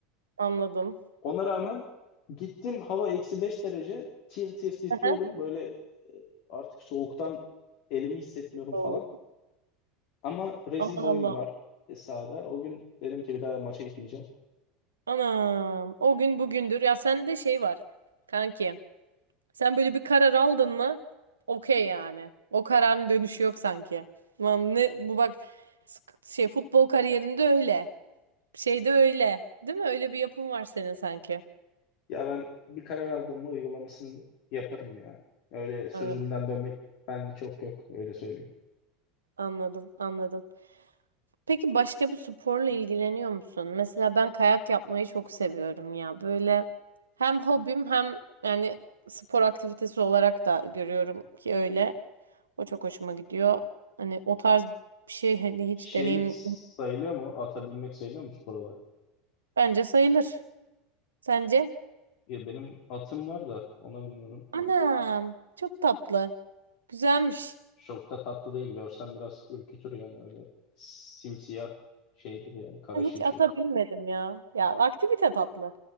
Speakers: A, on the right; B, on the left.
A: anladım.
B: Ona rağmen gittim hava eksi 5 derece tir tir titriyorum
A: Aha.
B: böyle e, artık soğuktan elimi hissetmiyorum
A: Oo,
B: falan. Ama rezil
A: Aman
B: bir oyun
A: Allah.
B: var e, sahada. O gün dedim ki bir daha maça gitmeyeceğim.
A: Anam o gün bugündür ya sende şey var kanki. Sen böyle bir karar aldın mı? Okey yani. O kararın dönüşü yok sanki. Tamam ne bu bak sık- şey futbol kariyerinde öyle. Şeyde öyle. Değil mi? Öyle bir yapım var senin sanki.
B: Ya ben bir karar aldım mı uygulamasını yaparım ya. Öyle sözümden
A: Ha,
B: dönmek bende çok yok öyle söyleyeyim.
A: anladım, anladım. Peki başka bir sporla ilgileniyor musun? Mesela ben kayak yapmayı çok seviyorum ya. Böyle hem hobim hem yani spor aktivitesi olarak da görüyorum ki öyle. O çok hoşuma gidiyor. Hani o tarz bir şey hani hiç
B: Şey
A: deneyim
B: sayılıyor mu? Ata binmek sayılıyor mu spor olarak?
A: Bence sayılır. Sence?
B: Ya benim atım var da ona bilmiyorum.
A: Anam. Çok tatlı. Güzelmiş.
B: Çok da tatlı değil. Görsen biraz ürkütür yani öyle simsiyah şeydir yani kara
A: Ben
B: şimşek.
A: hiç ata binmedim ya. Ya aktivite tatlı.